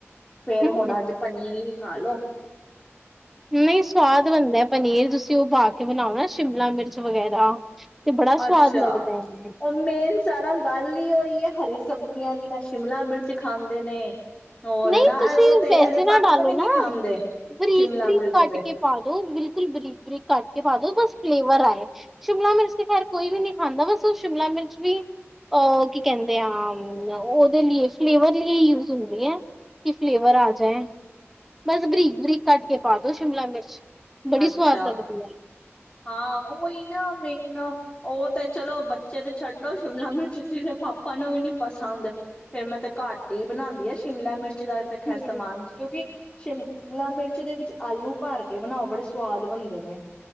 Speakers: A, on the left; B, in the centre.
A: ਫੇਰ
B: ਹੂੰ
A: ਹੁਣ ਅੱਜ ਪਨੀਰ ਖਾਲੋ।
B: ਨਹੀਂ ਸਵਾਦ ਬਣਦਾ ਪਨੀਰ ਤੁਸੀਂ ਤੇ ਉਹ ਪਾ ਕੇ ਬਣਾਔ ਨਾ ਸ਼ਿਮਲਾ ਮਿਰਚ ਵਗੈਰਾ। ਤੇ ਬੜਾ ਸਵਾਦ
A: ਅੱਛਾ
B: ਲੱਗਦਾ ਹੈ
A: ਔ ਮੇਨ ਸਾਰਾ ਗੱਲ ਹੀ ਹੋਈ ਹੈ ਹਰੀ ਸ ਸਬਜ਼ੀਆਂ ਦੀਆਂ ਸ਼ਿਮਲਾ ਮਿਰਚ ਖਾਂਦੇ ਨੇ। ਹੋਰ
B: ਨਹੀਂ
A: ਨਾ
B: ਤੁਸੀਂ
A: ਉਹ ਤੇ
B: ਵੈਸੇ
A: ਇਹਦੇ
B: ਨਾ
A: ਪਾਪਾ
B: ਡਾਲੋ
A: ਵੀ ਨੀ
B: ਨਾ
A: ਖਾਂਦੇ
B: ਬਰੀਕ
A: ਸ਼ਿਮਲਾ
B: ਬਰੀਕ
A: ਮਿਰਚ
B: ਕੱਟ
A: ਦੇ
B: ਕੇ ਪਾ ਦੋ ਬਿਲਕੁਲ ਬਰੀਕ ਬਰੀਕ ਕੱਟ ਕੇ ਪਾ ਦੋ ਬਸ ਫਲੇਵਰ ਆਏ। ਸ਼ਿਮਲਾ ਮਿਰਚ ਤੇ ਖੈਰ ਕੋਈ ਵੀ ਨਹੀਂ ਖਾਂਦਾ ਬਸ ਉਹ ਸ਼ਿਮਲਾ ਮਿਰਚ ਵੀ ਅਹ ਕੀ ਕਹਿੰਦੇ ਆ ਉਹਦੇ ਲਈ ਫਲੇਵਰ ਲਈ ਯੂਜ ਹੁੰਦੀ ਹੈ। ਕੀ ਫਲੇਵਰ ਆ ਜਾਏ ਬਸ ਬਰੀਕ ਬਰੀਕ ਕੱਟ ਕੇ ਪਾ ਦੋ ਸ਼ਿਮਲਾ ਮਿਰਚ। ਬੜੀ
A: ਅੱਛਾ
B: ਸਵਾਦ ਲੱਗਦੀ ਹੈ।
A: ਹਾਂ ਉਹੀ ਨਾ ਮੇਨ ਉਹ ਤੇ ਚਲੋ ਬੱਚੇ ਤੇ ਛੱਡੋ ਸ਼ਿਮਲਾ ਮਿਰਚ ਤ ਏਰੇ ਪਾਪਾ ਨੂੰ ਵੀ ਨੀ ਪਸੰਦ ਫੇਿਰ ਮੈਂ ਤੇ ਘੱਟ ਹੀ ਬਣਾਦੀ ਆ ਸ਼ਿਮਲਾ ਮਿਰਚ। <inaudible>
B: ਹੈ
A: ਖੈਰ ਸਮਾਨ ਚ ਕਿਉਂਕਿ ਸ਼ਿਮਲਾ ਮਿਰਚ ਦੇ ਵਿੱਚ ਆਲੂ ਭਰ ਕੇ ਬਣਾਓ ਬੜੇ ਸਵਾਦ ਬਣਦੇ ਨੇ।